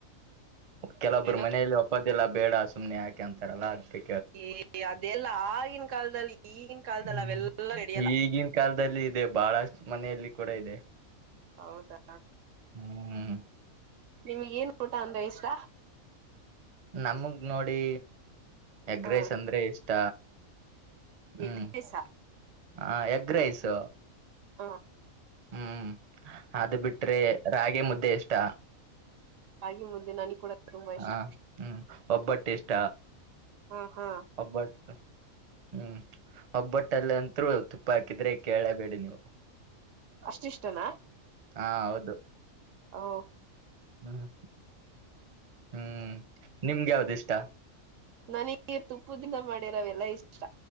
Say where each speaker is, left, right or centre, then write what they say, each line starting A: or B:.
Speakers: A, on the right (about 40°); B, on the right (about 70°).
A: ಕೆಲವೊಬ್ರು
B: ಇನ್ನೇನು
A: ಮನೆಯಲ್ಲಿ ಒಪ್ಪೋದಿಲ್ ಬೇಡ ಸುಮ್ನೆ ಯಾಕೆ ಅಂತಾರಲ್ಲ ಅದಕೆ
B: ಏ ಅದೆಲ್ಲ ಆಗಿನ ಕಾಲದಲ್ಲಿ ಈಗಿನ ಕಾಲದಲ್ಲಿ
A: ಹ್ಮ್
B: ಅವೆಲ್ಲಾ ನಡಿಯಲ್ಲ
A: ಈಗಿನ ಕಾಲದಲ್ಲಿ ಇದೆ ಬಹಳಷ್ಟ ಮನೆಯಲ್ಲಿ ಕೂಡ ಇದೆ
B: ಹೌದಾ
A: ಹ್ಮ್
B: ನಿಮಗ್ ಏನ್ ಊಟ ಅಂದ್ರೆ ಇಷ್ಟ
A: ನಮಗ್ ನೋಡಿ ಎಗ್ರೈಸ್
B: ಹ
A: ಅಂದ್ರೆ ಇಷ್ಟ ಹ್ಮ್
B: ಎಗ್ ರೈಸ್
A: ಹಾ ಎಗ್ರೈಸು
B: ಹಾ
A: ಹ್ಮ್ ಅದು ಬಿಟ್ರೆ ರಾಗ ಮುದ್ದೆ ಈಷ್ಟ
B: ರಾಗಿಮುದೆ ನನಗ್ ಕೂಡ ತುಂಬಾ
A: ಹಾ
B: ಇಷ್ಟ
A: ಹ್ಮ್ ಒಬ್ಬಟ್ಟು ಇಷ್ಟ
B: ಹಾ ಹಾ
A: ಒಬ್ಬಟ್ಟು ಹ್ಮ್ ಒಬ್ಬೊಟ್ಟಲ್ಲಂತರು ತುಪ್ಪ ಹಾಕಿದ್ರೆ ಕೇಳಬೇಡಿ ನೀವು
B: ಅಷ್ಟಿಷ್ಟನಾ
A: ಹಾ ಹೌದು
B: ಓ
A: ಹ್ಮ್ ಹ್ಮ್ ನಿಮ್ಗ್ ಯಾವ್ದ್ ಇಷ್ಟ?
B: ನನಿಗೆ ತುಪ್ಪುದಿಂದ ಮಾಡಿರವೆೆಲ್ಲ ಇಷ್ಟ.